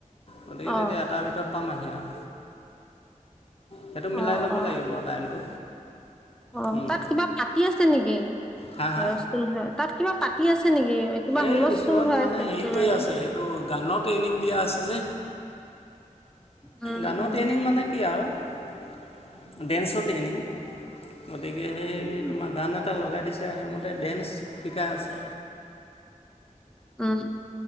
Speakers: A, on the left; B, in the centre.
A: গতিকে
B: অ,
A: তেতিয়া এটাৰ ভিতৰত পাম আহি আৰ। সেইটো মিলাই
B: অ,
A: ল'ব
B: অ,
A: লাগিব টাইমটো।
B: অ',
A: উম,
B: তাত কিবা পাতি আছে নেকি?
A: হা হা
B: হস্থুল হয় তাত কিবা পাতি আছে নেকি কিবা
A: এই
B: হুলস্থুল
A: ওচৰত
B: হৈ
A: মানে
B: আছে
A: হেৰি
B: একেবাৰে
A: কৰি আছে এইটো গানৰ ট্ৰেইনিং দিয়া আছে যে
B: উম,
A: গানৰ
B: উম,
A: ট্ৰেইনিং মানে কি আৰু ডেন্সতে আনিম গতিকে সেই
B: উম,
A: তোমাৰ গান এটা লগাই দিছে সেইমতে ডেন্স, শিকাই আছে।
B: উম,